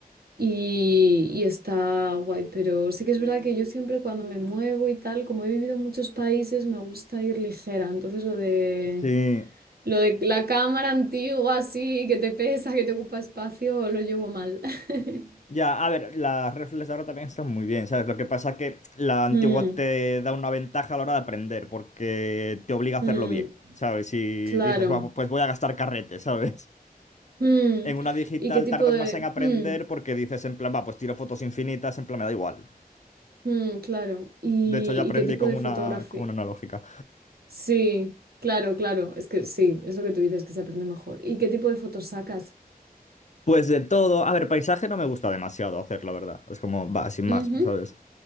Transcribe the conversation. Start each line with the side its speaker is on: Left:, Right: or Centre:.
Right: y, y está guay, pero sí que es verdad que yo siempre cuando me muevo y tal, como he vivido en muchos países, me gusta ir ligera. Entonces lo de,
Left: sí.
Right: lo de la cámara antigua así, que te pesa, que te ocupa espacio, lo llevo mal. <laughs>
Left: Ya, a ver, las reflex ahora también están muy bien, ¿sabes? Lo que pasa es que la antigua
Right: Mm,
Left: te da una ventaja a la hora de aprender, porque te obliga a
Right: mm,
Left: hacerlo bien, ¿sabes? Si
Right: claro.
Left: dices, va, pues voy a gastar carrete, ¿sabes? <laughs>
Right: Mm,
Left: En una digital
Right: ¿Y qué tipo
Left: tardas
Right: de...?
Left: más en aprender
Right: mm,
Left: porque dices, en plan, va, pues tiro fotos infinitas, en plan, me da igual.
Right: mm, claro. ¿Y,
Left: De hecho, yo aprendí
Right: y qué tipo
Left: con
Right: de
Left: una,
Right: fotografía?
Left: con una analógica.
Right: Sí, claro, claro. Es que sí, es lo que tú dices, que se aprende mejor. ¿Y qué tipo de fotos sacas?
Left: Pues de todo, a ver, paisaje no me gusta demasiado hacer, la verdad. Es como, va, sin más,
Right: Ujú,
Left: ¿sabes?